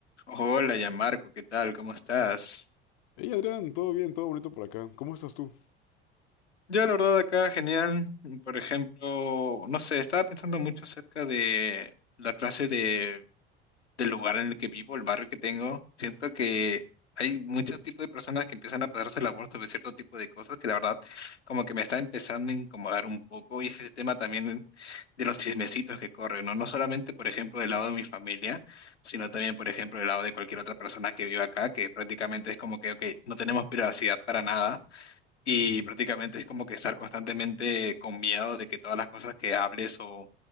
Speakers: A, on the left; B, on the left.
A: Hola, ya Marco, ¿qué tal? ¿Cómo estás?
B: Hey Adrián, todo bien, todo bonito por acá. ¿Cómo estás tú?
A: Yo, la verdad, acá genial. Por ejemplo, no sé, estaba pensando mucho acerca de la clase de del lugar en el que vivo, el barrio que tengo, siento que hay muchos tipos de personas que empiezan a pasarse la voz sobre cierto tipo de cosas que la verdad como que me está empezando a incomodar un poco y ese tema también de los chismecitos que corren, ¿no? No solamente, por ejemplo, del lado de mi familia, sino también, por ejemplo, del lado de cualquier otra persona que vive acá, que prácticamente es como que, ok, no tenemos privacidad para nada y
B: Ujú,
A: prácticamente es como que estar constantemente con miedo de que todas las cosas que hables o,